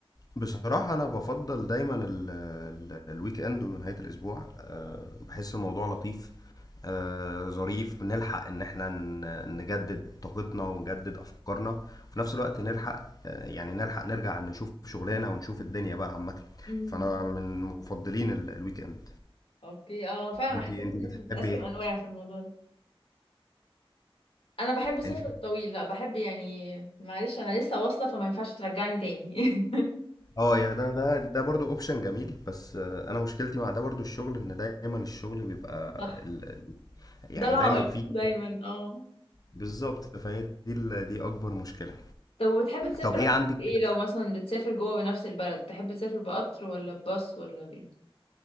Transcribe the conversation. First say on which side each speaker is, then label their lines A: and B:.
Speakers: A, on the left; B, on the left.
A: بصراحة أنا بفضل دايما ال ال الويك إند ونهاية الأسبوع آه، بحس الموضوع لطيف آه، ظريف بنلحق إن إحنا ن- نجدد طاقتنا ونجدد أفكارنا وفي نفس الوقت نلحق آه، يعني نلحق نرجع نشوف شغلنا ونشوف الدنيا بقى عامة
B: مم.
A: فأنا من مفضلين ال- الويك إند
B: اوكي اه فعلا أنا
A: أنت
B: حسيت
A: أنت
B: الناس
A: بتحبي
B: بتقسم
A: إيه؟
B: انواع في الموضوع ده انا بحب السفر
A: أنت
B: الطويل لا بحب يعني معلش انا لسه واصله فما ينفعش ترجعني تاني <laughs>
A: أه يا ده ده ده برضه أوبشن جميل بس آه، أنا مشكلتي مع ده برضه الشغل إن دايما الشغل بيبقى
B: صح
A: ال- ال- يعني
B: ده العائق
A: دايما في
B: دايما اه
A: بالظبط فهي دي ال- دي اكبر مشكله
B: طب وبتحب تسافر
A: طب ايه
B: اكتر
A: عندك
B: في ايه لو مثلا بتسافر جوه بنفس البلد تحب تسافر بقطر ولا بباص ولا بايه